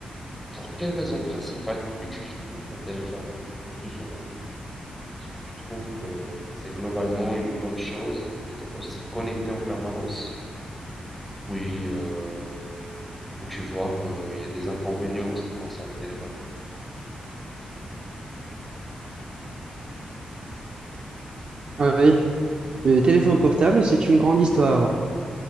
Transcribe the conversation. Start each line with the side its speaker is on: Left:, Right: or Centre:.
Centre: pour quelle raison principale utilises-tu ton téléphone le plus souvent? Est-ce que tu trouves que c'est globalement une bonne chose d'être aussi connecté en permanence? Oui, euh, ou tu vois qu'il y a des inconvénients en ce qui concerne le téléphone?
Right: Ah Oui, le téléphone portable, c'est une grande histoire.